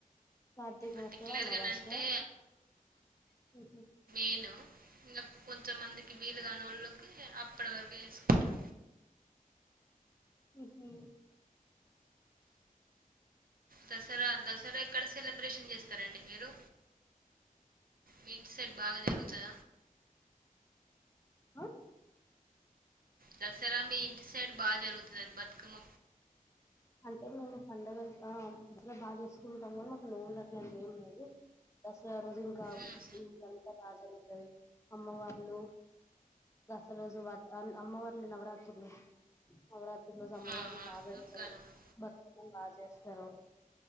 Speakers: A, on the left; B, on the right.
A: కార్తీకమాసం
B: పర్టికులర్గానంటే
A: అమావాస్య హు హు
B: నేను ఇంగ కొంతమందికి వీలు కాని వాళ్ళకి అప్పటి వరకు చేసుకుంటారు
A: హు హుమ్
B: దసరా దసరా ఎక్కడ సెలబ్రేషన్ చేస్తారండి మీరు మీ ఇంటి సైడ్ బాగా జరుగుతద
A: ఆ
B: దసరా మీ ఇంటి సైడ్ బాగా జరుగుతది బతుకమ్మ
A: అంటే మేము పండగంత ఇంట్లో బాగా చేసుకుంటాం కానీ మాకు నోములు అట్లాంటి ఏం లేదు దసరా రోజు ఇంకా
B: ఉమ్,
A: ఇ అంతా బాగా జరుగుతుది అమ్మవార్లు దసరా రోజు వా అమ్మవార్లు నవరాత్రులు నవరాత్రు రోజు అమ్మవారిని
B: ఆ ఆ
A: బా బెడతారు
B: దుర్గానవమి
A: బతుకమ్మని బాగా చేస్తరు